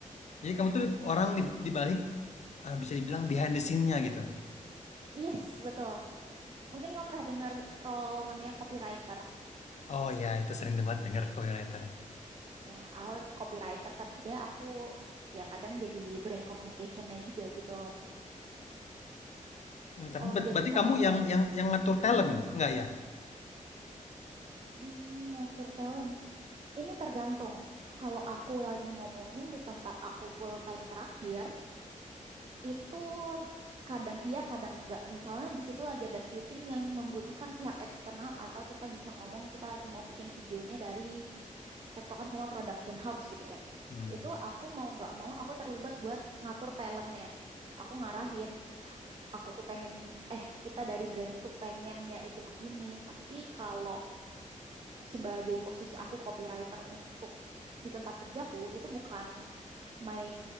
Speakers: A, on the left; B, on the right.
A: Jadi kamu tuh orang di, di balik eh, bisa dibilang behind the scene-nya gitu.
B: Yes, betul. Mungkin kamu pernah dengar role namanya copywriter.
A: Oh ya itu sering banget denger copywriter.
B: Ya, aku copywriter, tapi sebenarnya aku ya kadang jadi brand communicationnya juga gitu.
A: Mmm, tapi
B: Oh,
A: ber
B: jadi
A: berarti
B: kamu
A: kamu yang yang yang ngatur talent, enggak ya?
B: mm, ngatur talent Ini tergantung. Kalau aku lagi ngomongin di tempat aku full time terakhir, itu kadang iya, kadang enggak. Misalnya di situ lagi ada syuting yang membutuhkan pihak eksternal atau kita bisa ngomong kita lagi mau bikin videonya dari tektokan sama production house gitu ya.
A: Mmm,
B: Itu aku mau nggak mau aku terlibat buat ngatur talentnya. Aku ngarahin, aku tuh pengen, eh kita dari brand itu pengennya itu begini, tapi kalau sebagai posisi aku copywriter untuk di tempat kerjaku itu bukan my